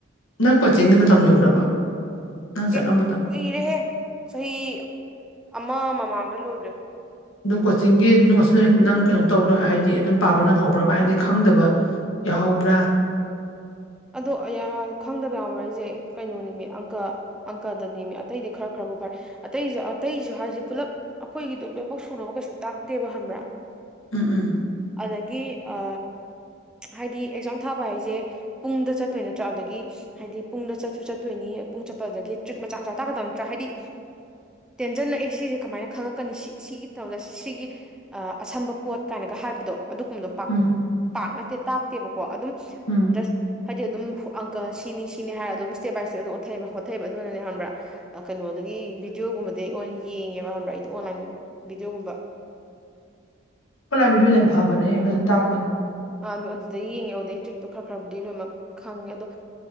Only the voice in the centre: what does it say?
ꯑꯦ ꯀꯨꯏꯔꯦꯍꯦ ꯆꯍꯤ ꯑꯃ ꯃꯃꯥꯡꯗ ꯂꯣꯏꯈ꯭ꯔꯦ
ꯑꯗꯣ <unintelligible> ꯈꯪꯗꯕ ꯌꯥꯝꯃꯔꯤꯁꯦ ꯀꯩꯅꯣꯅꯤꯕ ꯑꯪꯀ ꯑꯪꯀꯗꯅꯦꯃꯦ ꯑꯇꯩꯗꯤ ꯈꯔ ꯈꯔꯐꯥꯎ ꯈꯔ ꯑꯇꯩꯁꯨ ꯑꯇꯩꯁꯨ ꯍꯥꯏꯁꯦ ꯄꯨꯂꯞ ꯑꯩꯈꯣꯏꯒꯤꯗꯣ ꯂꯣꯏꯅꯃꯛ ꯁꯨꯅꯕ ꯀꯩꯁꯨ ꯇꯥꯡꯗꯦꯕ ꯈꯪꯕ꯭ꯔꯥ
ꯑꯗꯒꯤ ꯑ ꯍꯥꯏꯗꯤ ꯑꯦꯛꯖꯥꯝ ꯊꯥꯕ ꯍꯥꯏꯁꯦ ꯄꯨꯡꯗ ꯆꯠꯇꯣꯏ ꯅꯠꯇ꯭ꯔꯥꯗꯒꯤ ꯍꯥꯏꯗꯤ ꯄꯨꯡꯗ ꯆꯠꯁꯨ ꯆꯠꯇꯣꯏꯅꯤ ꯄꯨꯡ ꯆꯠꯄꯗꯗꯤ ꯇ꯭ꯔꯤꯛ ꯃꯆꯥ ꯃꯆꯥ ꯇꯥꯛꯀꯗꯕ ꯅꯠꯇ꯭ꯔꯥ ꯍꯥꯏꯗꯤ ꯇꯦꯟꯖꯜꯂꯛꯑꯦ ꯁꯤꯁꯦ ꯀꯃꯥꯏꯅ ꯈꯪꯉꯛꯀꯅꯤ ꯁꯤ ꯁꯤꯒꯤ ꯇꯧꯗ ꯁꯤ ꯁꯤꯒꯤ ꯑꯁꯝꯕ ꯄꯣꯠ ꯀꯥꯏꯅꯒ ꯍꯥꯏꯕꯗꯣ ꯑꯗꯨꯒꯨꯝꯕ
ꯄꯥꯛ ꯅꯠꯇꯦ ꯇꯥꯛꯇꯦꯕꯀꯣ ꯑꯗꯨꯝ
ꯖꯁ ꯍꯥꯏꯗꯤ ꯑꯗꯨꯝ ꯑꯪꯀꯜ ꯁꯤꯅꯤ ꯁꯤꯅꯤ ꯍꯥꯏꯔ ꯑꯗꯨꯝ ꯁ꯭ꯇꯦ ꯁꯇꯦ ꯑꯗꯨꯝ ꯑꯣꯠꯩꯕ ꯍꯣꯠꯑꯕ ꯑꯗꯨꯅꯅꯦ ꯈꯕ꯭ꯔꯥ ꯀꯩꯅꯣꯗꯒꯤ ꯚꯤꯗꯤꯑꯣꯒꯨꯝꯕꯗꯤ ꯑꯣ ꯑꯣꯏꯅ ꯌꯦꯡꯉꯦꯕ ꯍꯕ꯭ꯔꯥ ꯑꯩꯗꯣ ꯑꯣꯟꯂꯥꯏꯟ ꯚꯤꯗꯤꯑꯣꯒꯨꯝꯕ
ꯑ ꯑꯗꯨꯗꯩ ꯌꯦꯡꯉꯦ ꯑꯗꯨꯗꯩ ꯇ꯭ꯔꯤꯛꯇꯣ ꯈꯔ ꯈꯔꯕꯨꯗꯤ ꯂꯣꯏꯅꯃꯛ ꯈꯪꯉꯦ ꯑꯗꯣ